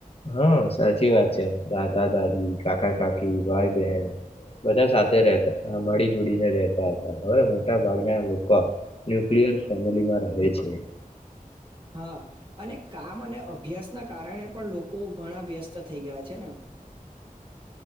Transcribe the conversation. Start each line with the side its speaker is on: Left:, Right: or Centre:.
Left: હા સાચી વાત છે દાદા દાદી કાકા કાકી ભાઈ બહેન બધા સાથેતા મળી જોડીને રહેતા હતા હવે મોટા ભાગના લોકો ન્યુકિલયર ફેમિલીમાં રહે છે.
Right: હા અને કામ અને અભ્યાસ ના કારણે પણ લોકો ઘણા વ્યસ્ત થઈ ગયા છે ને